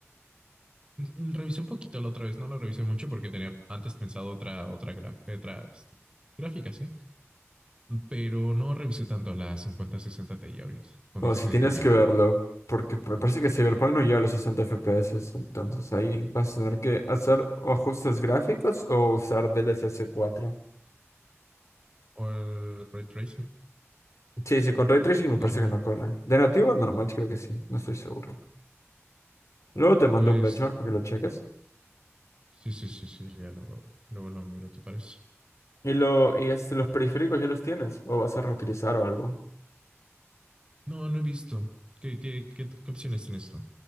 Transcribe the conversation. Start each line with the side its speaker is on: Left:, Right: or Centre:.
Right: Mm, Revisé un poquito la otra vez, no lo revisé mucho porque tenía antes pensado otra, otra, graf- otra este, gráfica, sí, pero no revisé tanto la cincuenta sesenta Ti ahorita con
Left: O
Right: 16
Left: si tienes
Right: de VRAM
Left: que verlo, porque me parece que Cyberpunk no llega a los 60 FPS, entonces ahí vas a tener que hacer o ajustes gráficos o usar DLSS 4.
Right: o el ray tracing
Left: Sí, sí, con Ray Tracing me
Right: también.
Left: parece que no corre. De nativo bueno, normal creo que sí, no estoy seguro. Luego te mando
Right: Pues
Left: un benchmark
Right: tendré-
Left: para que lo cheques.
Right: sí, sí, sí, sí, ya luego, luego lo miro, ¿te parece?
Left: Y lo, y este, los periféricos ya los tienes, o vas a reutilizar o algo.
Right: No, no he visto. ¿Qué, qué, qué, qué opciones tienes tú?